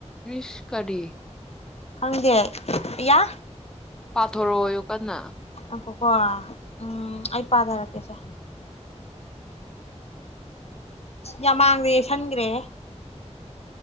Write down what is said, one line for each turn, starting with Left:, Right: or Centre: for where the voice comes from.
Centre: ꯏꯁ ꯀꯔꯤ
Left: ꯈꯪꯗꯦ ꯏꯌ
Centre: ꯄꯥꯊꯣꯔꯛꯑꯣꯎ ꯀꯟꯅ
Left: ꯑꯣ ꯀꯣ ꯎꯝ ꯑꯩ ꯄꯥꯊꯔꯛꯀꯦꯁꯦ꯫ ꯌꯥꯝ ꯃꯥꯡꯗ ꯌꯦꯁꯟꯈ꯭ꯔꯦꯍꯦ꯫